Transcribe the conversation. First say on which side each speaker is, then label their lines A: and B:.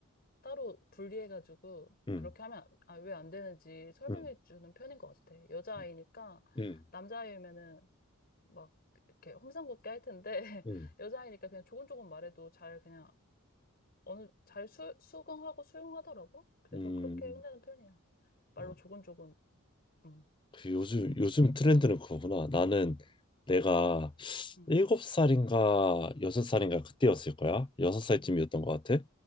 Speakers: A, on the left (about 45°); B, on the left (about 20°).
A: 따로 분리해가지고
B: 응,
A: 그렇게 하면 아, 왜 안 되는지 설명해
B: 응.
A: 주는 편인 것 같아. 여자아이니까
B: 응. 응.
A: 남자아이면은 막 이렇게 험상궂게 할 텐데 <laughs>
B: 음,
A: 여자아이니까 그냥 조곤조곤 말해도 잘 그냥 어느 잘 수, 수긍하고 수용하더라고. 그래서
B: 음,
A: 그렇게 혼내는 편이야. 말로
B: 어,
A: 조곤조곤. 응.
B: 그 요즘
A: <laughs>
B: 요즘 트렌드는 그거구나. 나는 내가
A: 응.
B: 일곱 살인가 여섯 살인가 그때였을 거야. 여섯 살쯤이었던
A: 응.
B: 것 같아.